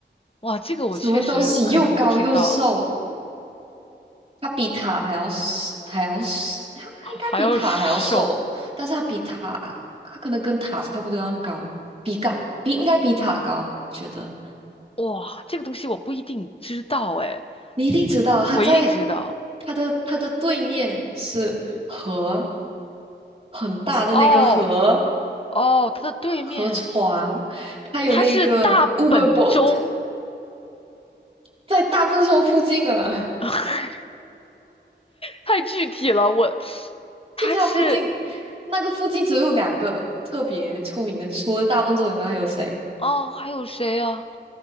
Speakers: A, on the left; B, on the right.
A: 哇，这个我确实可能不知道。
B: 什么东西又高又瘦，它比塔还要还要它它应该比塔还要瘦，
A: 还有手，
B: 但是它比塔，它可能跟塔差不多样高，比嘎比应该比塔高，觉得
A: 哇，这个东西我不一定知道哎，
B: 你一定知道，它在
A: 我一定知道。
B: 它的它的对面是河，很大的那个河。
A: 哦哦，它的对面，
B: 和床，还有那个
A: 它是大本钟，
B: Uber Boat，在大笨兽附近啊，
A: <laughs> 太具体了，我，
B: <laughs>
A: 它是
B: 就在它附近。那个附近只有两个特别出名的，除了大笨兽以外还有谁？
A: 哦，还有谁啊？